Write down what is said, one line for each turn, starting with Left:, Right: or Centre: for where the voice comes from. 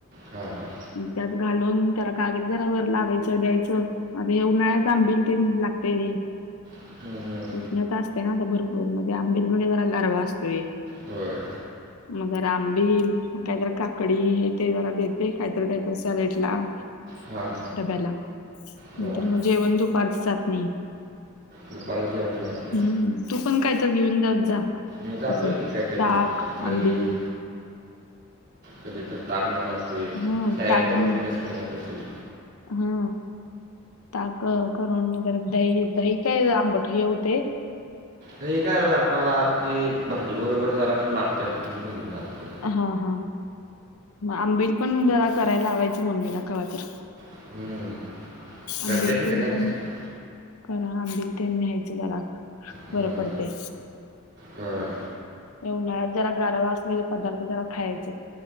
Right: हां हां
Left: त्यात घालून त्याला कागद जरा वर लावायचं द्यायचं. आता हे उन्हाळ्यात आंबिल तेन लागतय रे!
Right: हम्म, हम्म.
Left: उष्णता असते ना आता भरपूर मग ते आंबिल मध्ये जरा गारवा असतोय.
Right: होय
Left: <inaudible> मग जरा आंबिल कायतर काकडी हे ते जरा देते कायतर कायतर सॅलेड ला <inaudible>
Right: हां
Left: डब्याला
Right: हां
Left: नंतर जेवण दुपारचं जात नाही.
Right: दुपारचं जेवन जात नाही.
Left: ह् तू पण काय तर घेऊन जात जा
Right: मी जातोय
Left: तस
Right: की काहीतरी
Left: ताक,
Right: घेऊन दही
Left: आंबिल
Right: कधी तर ताक घेऊन जातोय
Left: हा
Right: सॅलड
Left: ताक
Right: करून
Left: घेऊन
Right: देतच किमा म कसध
Left: हा ताक करून दही दही काय आंबट हे होते
Right: दही काय मला ते भाजी बरोबर जरा तेन लागत्या म्हणून मी घेऊन जातोय
Left: हा हा आंबिल पण जरा करायला लावायचं मम्मीला कवा तर
Right: हम्म. करते
Left: आंबिल
Right: तिचं
Left: तेन
Right: काय नसतं
Left: पण करा आंबिल तेन न्यायचं जरा
Right: हम्म.
Left: बरं पडते
Right: होय
Left: या उन्हाळ्यात जरा गारवा असलेले पदार्थ जरा खायचे